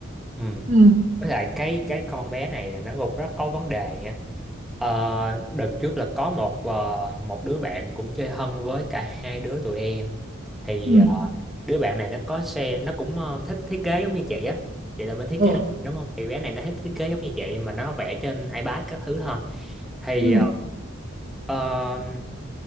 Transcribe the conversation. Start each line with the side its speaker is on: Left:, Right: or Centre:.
Centre: ừ
Right: ừ,
Centre: với lại cái cái con bé này là nó cũng rất có vấn đề nha Ờ, đợt trước là có một ờ, một đứa bạn cũng chơi thân với cả hai đứa tụi em thì
Right: ừ,
Centre: ờ, đứa bạn này nó có xe nó cũng ờ, thích thiết kế giống như chị á chị là bên thiết
Right: ờ,
Centre: kế đồ thị đúng không thì bé này nó thích thiết kế giống như chị mà nó vẽ trên iPad các thứ thôi thì
Right: ừ.
Centre: ờ, ờ,